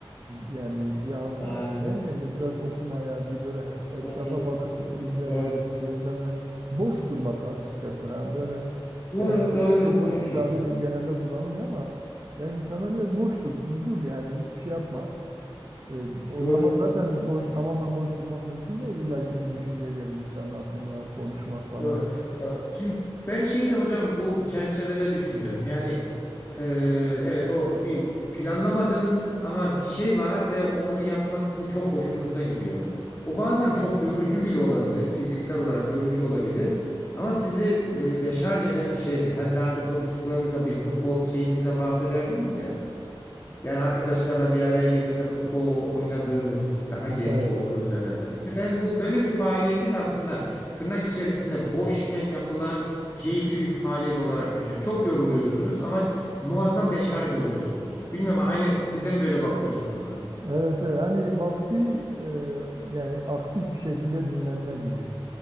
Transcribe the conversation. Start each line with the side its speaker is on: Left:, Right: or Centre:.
Right: yani bir an
Left: Aa, evet.
Right: ne bileyim biraz okumaya bir böyle et- etrafa
Left: Doğru.
Right: bakıp izleme,
Left: Doğru.
Right: gözlemleme, boş durmak açıkçası ha böyle
Left: Doğru,
Right: yani belki
Left: doğru
Right: çok hoş
Left: tabii
Right: bir
Left: ki.
Right: tabir genelde kullanılmıyor ama ya insanlar biraz boş dursun dur yani hiçbir şey yapma. E, o
Left: Doğru.
Right: zaman zaten boş tamamen
Left: Ya,
Right: boş durmak mümkün değil. İlla ki bir düşünce gelir insanın aklına konuşmak falan.
Left: Doğru. Ya, şimdi ben şeyi de hocam bu çerçevede düşünüyorum. Yani e, evet o bir planlamadınız ama bir şey var ve onu yapmak sizin çok hoşunuza gidiyor. O bazen çok yorucu bile olabilir. Fiziksel olarak yorucu olabilir. Ama sizi e, deşarj eden bir şeydir. Hani daha önce konuştuklarımızda bir futbol şeyinizden bahsederdiniz ya. Yani arkadaşlarla bir araya gelip de futbol oynadığınız, daha genç
Right: Evet,
Left: olduğunuz
Right: evet.
Left: dönemde. İşte Ben bu böyle bir faaliyetin aslında tırnak içerisinde boşken yapılan keyifli bir faaliyet olarak düşünüyorum. Çok yoruluyorsunuz ama muazzam deşarj oluyorsunuz. Bilmiyorum aynı siz de mi böyle bakıyorsunuz buna?
Right: Evet, evet. Hani vakti e, yani aktif bir şekilde dinlenme gibi